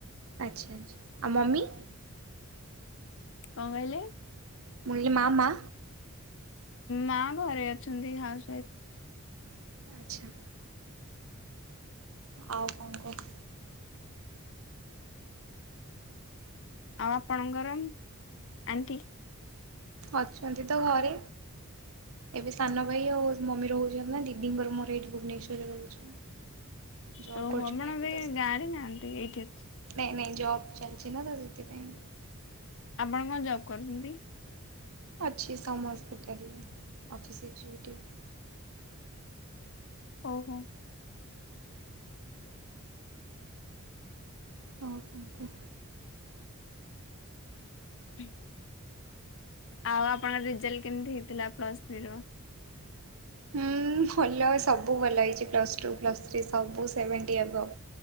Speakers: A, on the right (about 70°); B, on the left (about 60°).
A: ଆଚ୍ଛା ଆଚ୍ଛା ଆଉ ମମି?
B: କଣ କହିଲେ?
A: ମୁଁ କହିଲି ମା ମା?
B: ମା ଘରେ ଅଛନ୍ତି ହାଉସ୍ ୱାଇଫ୍।
A: ଆଚ୍ଛା। ଆଉ କଣ କୁହ।
B: ଆଉ ଆପଣଙ୍କର ଆଣ୍ଟି?
A: ଅଛନ୍ତି ତ ଘରେ? ଏବେ ସାନ ଭାଇ ଆଉ ମମି ରହୁଛନ୍ତି ନା ଦିଦିଙ୍କର ମୋର ଏଇଠି ଭୁବନେଶ୍ଵରରେ ରହୁଛୁ। ଜବ୍
B: ତ
A: କରୁଛୁ
B: ହବଣ
A: ନା ଏଠି
B: ଏବେ
A: ତ
B: ଗାଁରେ ନାହାନ୍ତି ଏଇଠି ଅଛି।
A: ନାଇଁ ନାଇଁ ଜବ୍ ଚାଲିଛି ନା ତ ସେଥିପାଇଁ।
B: ଆପଣ କଣ ଜବ୍ କରୁଛନ୍ତି?
A: ଅଛିି ସମ୍ ହସ୍ପିଟଲରେ କଫି ସଚୁଟି <unintelligible>
B: ଓହୋ।
A: ହଁ ଆଉ କଣ କୁହ।
B: ହୁଁ <unintelligible> ଆଉ ଆପଣ ରେଜଲ୍ଟ କେମିତି ହେଇଥିଲା ପ୍ଲସ୍ ଥ୍ରୀ ର?
A: ହୁଁ ଭଲ ସବୁ ଭଲ ହେଇଛି ପ୍ଲସ୍ ଟୁ ପ୍ଲସ୍ ଥ୍ରୀ ସବୁ ସେଭେଣ୍ଟି <unintelligible>